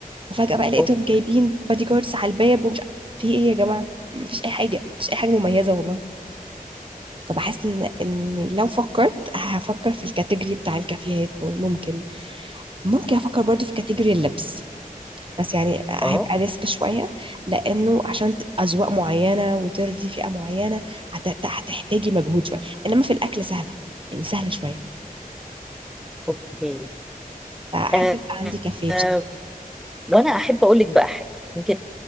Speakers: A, on the right; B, in the centre.
A: وفجاه بقى لقيتهم
B: أوك-
A: جايبين بادي جاردز على الباب ومش عارف- في ايه يا جماعه مفيش اي حاجه مفيش اي حاجه مميزه والله فبحس ان ان لو فكرت هفكر في الكاتيجوري بتاع الكافيهات ممكن ممكن افكر برضو في كاتيجوري اللبس بس يعني هيبقى
B: اه
A: ريسك شوية لأنه عشان ت- أذواق معينة وترضي فئة معينة هت- هت- هتحتاجي مجهود شوية إنما في الأكل سهلة يعني سهلة شوية
B: اوكي
A: فأحب
B: آه.
A: يبقى عندي كافيه
B: آه،
A: بصراحة
B: وانا احب اقول لك بقى حاجه يمكن